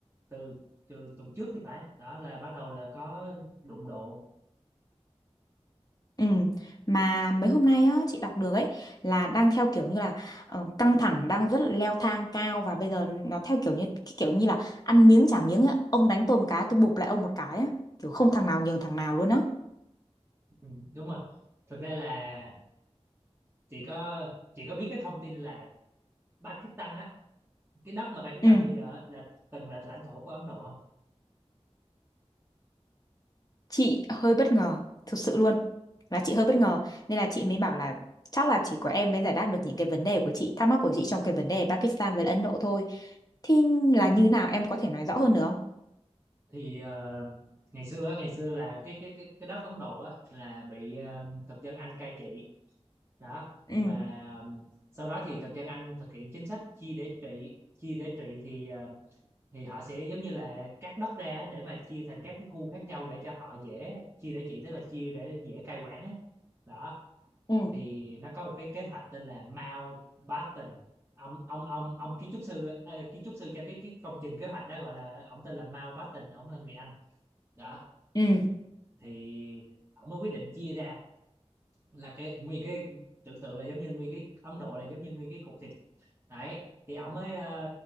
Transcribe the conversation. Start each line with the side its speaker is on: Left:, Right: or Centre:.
Right: từ từ tuần trước thì phải đó là bắt đầu là có đụng độ
Left: Ừ, mà mấy hôm nay á chị đọc được ấy là đang theo kiểu như là ờ, căng thẳng đang rất là leo thang cao và bây giờ nó theo kiểu như cái kiểu như là ăn miếng trả miếng ấy. Ông đánh tôi một cái tôi bụp lại ông một cái á, kiểu không thằng nào nhường thằng nào luôn á.
Right: ừ, đúng rồi thực ra là chị có chị có biết cái thông tin là Pakistan á cái đất mà Pakistan
Left: Ừ.
Right: bây giờ á, là từng là lãnh thổ của Ấn Độ không
Left: chị hơi bất ngờ thực sự luôn là chị hơi bất ngờ nên là chị mới bảo là chắc là chỉ có em mới giải đáp được những cái vấn đề của chị thắc mắc của chị trong cái vấn đề Pakistan với Ấn Độ thôi thì là như nào em có thể nói rõ hơn được không
Right: thì ờ, ngày xưa á, ngày xưa là cái cái cái cái đất Ấn Độ á, là bị ờ, thực dân Anh cai trị đó và
Left: ừ
Right: ờ, sau đó thì thực dân Anh thực hiện chính sách chia để trị chia để trị thì ờ, thì họ sẽ giống như là cắt đất ra á, để mà chia thành các cái khu khác nhau để cho họ dễ chia để trị tức là chia để dễ cai quản á đó
Left: Ừ.
Right: thì nó có một cái kế hoạch tên là Mountbatten ông ông ông ông kiến trúc sư ờ, kiến trúc sư cho cái cái công trình kế hoạch đó gọi là ông tên là Mountbatten ông là người Anh đó
Left: ừ
Right: thì ông mới quyết định chia ra là cái nguyên cái tưởng tượng là giống như nguyên cái Ấn Độ là giống như nguyên cái cục thịt đấy thì ông mới ờ,